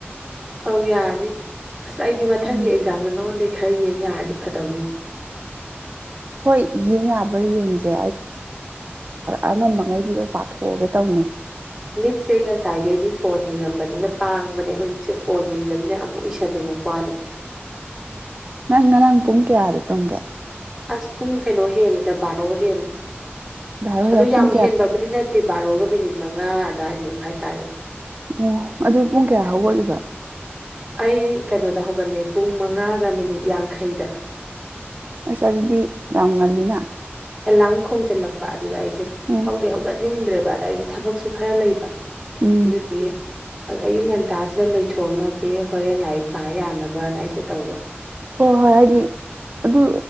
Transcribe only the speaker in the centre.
ꯑꯧ ꯌꯥꯅꯤ ꯑꯁ ꯑꯩꯗꯤ ꯃꯊꯪꯒꯤ
ꯑꯦꯛꯖꯥꯝꯗ ꯅꯉꯣꯟꯗ ꯈꯔ ꯌꯦꯡ ꯌꯥꯔꯗꯤ ꯐꯗꯧꯅꯤ
ꯃꯤꯛꯁꯦ ꯉꯁꯥꯏꯈꯩꯗꯤ ꯐꯣꯟ ꯌꯦꯡꯉꯝꯕꯅꯤꯅ ꯄꯥꯡꯕꯅꯦ ꯍꯧꯖꯤꯛꯁꯦ ꯐꯣꯟ ꯌꯦꯡꯗꯕꯅꯤꯅ ꯑꯃꯨꯛ ꯎꯁꯟꯅꯤꯡꯉꯛꯄ ꯋꯥꯅꯦ
ꯑꯁ ꯄꯨꯡ ꯀꯩꯅꯣ ꯍꯦꯜꯂꯦꯗ ꯕꯥꯔꯣ ꯍꯦꯜꯂꯦ
ꯑꯗꯣ
ꯌꯥꯝ
ꯍꯦꯟꯕꯕꯨꯗꯤ ꯅꯠꯇ ꯅꯠꯇꯦ ꯕꯥꯔꯣꯒ ꯃꯤꯅꯤꯠ ꯃꯉꯥ ꯑꯗꯨꯋꯥꯏꯃꯨꯛ ꯍꯥꯏꯇꯥꯔꯦꯅꯦ
ꯑꯩ ꯀꯩꯅꯣꯗ ꯍꯧꯒꯠꯂꯑꯦ ꯄꯨꯡ ꯃꯉꯥꯒ ꯃꯤꯅꯤꯠ ꯌꯥꯡꯈꯩꯗ
ꯑꯦꯂꯥꯔꯝ ꯈꯣꯡꯖꯤꯜꯂꯛꯄ ꯑꯗꯨꯗ ꯑꯩꯁꯦ
ꯍꯧꯗꯤꯤ ꯍꯧꯒꯠꯅꯤꯡꯗ꯭ꯔꯦꯕ ꯑꯗ ꯑꯩꯁꯦ ꯊꯕꯛꯁꯨ ꯈꯔ ꯂꯩꯕ
ꯑꯗꯨꯗꯒꯤ ꯑꯌꯨꯛ ꯉꯟ ꯍꯇꯥꯁꯤꯗ ꯂꯣꯏꯊꯣꯛꯑꯝꯃꯒꯦ ꯍꯣꯔꯦꯟ ꯂꯥꯏꯔꯤꯛ ꯄꯥ ꯌꯥꯅꯕꯅ ꯑꯩꯁꯦ ꯇꯧꯕ